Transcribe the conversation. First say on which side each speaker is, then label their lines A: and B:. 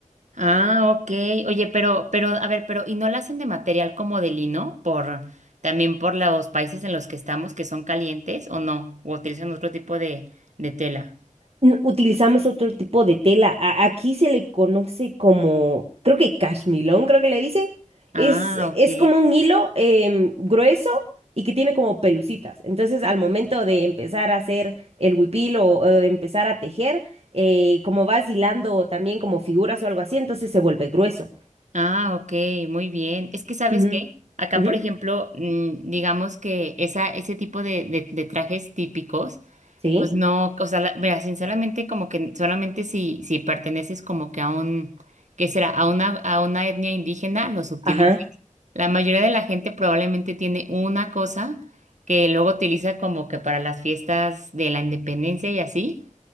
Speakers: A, on the right; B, on the right.
A: Ah, ok. Oye, pero, pero, a ver, pero, ¿y no la hacen de material como de lino? Por, también por los países en los que estamos que son calientes o no, o utilizan otro tipo de, de tela.
B: n- Utilizamos otro tipo de tela. A- aquí se le conoce como, creo que cashmilón, creo que le dicen.
A: Ah,
B: Es,
A: ok.
B: es como un hilo em, grueso y que tiene como pelucitas. Entonces, al momento de empezar a hacer el huipil o, o de empezar a tejer, eh, como vas hilando también como figuras o algo así, entonces se vuelve grueso.
A: Ah, ok, muy bien. Es que, ¿sabes
B: Ujú,
A: qué? Acá,
B: ujú,
A: por ejemplo, mm, digamos que esa, ese tipo de, de, de trajes típicos,
B: Sí.
A: pues no, o sea, la- mira, sinceramente, como que solamente si, si perteneces como que a un, ¿qué será? A una, a una etnia indígena, los utilizas.
B: Ajá.
A: La mayoría de la gente probablemente tiene una cosa que luego utiliza como que para las fiestas de la independencia y así,